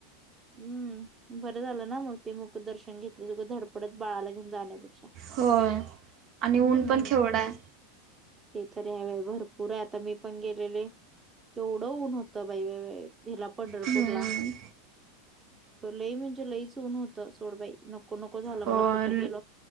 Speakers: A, on the right (about 20°); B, on the right (about 50°).
A: हम्म. बर झालं ना मग. ते मुख दर्शन घेतलेल. उगच धडपडत बाळाला घेऊन जाण्यापेक्षा.
B: होय आणि ऊन
A: हम्म
B: पण केवढ हाय.
A: ते तरी हाय बाई. भरपूर आहे आता. मी पण गेलेले केवढं ऊन होतं बाई बाई बाई. ह्याला पंढरपूरला.
B: हम्म.
A: लई म्हणजे लईच ऊन होतं सोड बाई नको नको नको झाल
B: होय
A: मला कुठं गेल